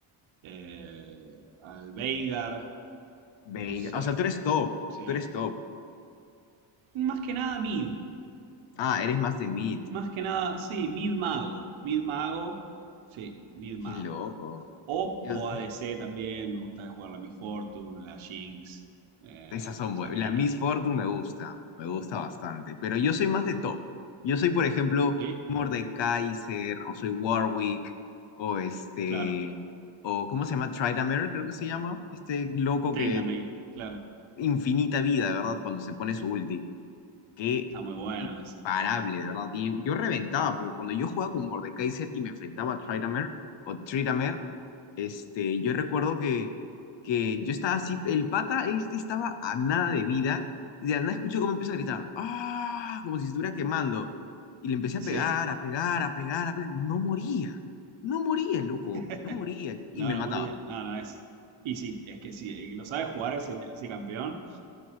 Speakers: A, on the right (about 75°); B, on the left (about 65°).
A: eh, al Veigar,
B: Veiga.
A: no sé.
B: O sea, tú eres top,
A: sí.
B: tú eres top.
A: Más que nada mid.
B: Ah, eres más de mid.
A: Más que nada, sí, mid mago. Mid mago, sí, mid mago.
B: Qué loco.
A: O,
B: Dios.
A: o ADC también, me gusta jugar la Miss Fortune, la Jinx, eh,
B: Esas son
A: Samira.
B: buenas. La Miss Fortune me gusta, me gusta bastante. Pero yo soy más de top. Yo soy, por ejemplo,
A: Sí,
B: Mordekaiser, o soy Warwick, o este,
A: claro.
B: o ¿cómo se llama? Tryndamere, creo que se llama. Este loco
A: Tryndamere,
B: que
A: claro.
B: infinita vida, ¿verdad? Cuando se pone su ulti. Qué
A: Está muy bueno
B: imparable,
A: ese.
B: de verdad. Y yo reventaba, porque cuando yo jugaba con Mordekaiser y me enfrentaba a Tryndamere o Tryndamere, este, yo recuerdo que, que yo estaba así, el pata este estaba a nada de vida, y de la nada escucho cómo empieza a gritar, ¡ah! como si estuviera quemando. Y le empecé
A: Sí.
B: a pegar, a pegar, a pegar, a pegar. No moría, no moría, loco,
A: <laughs>
B: no moría. Y
A: No,
B: me
A: no
B: mataba.
A: moría. No, no es. Y sí, es que sí, el que lo sabe jugar ese, ese campeón,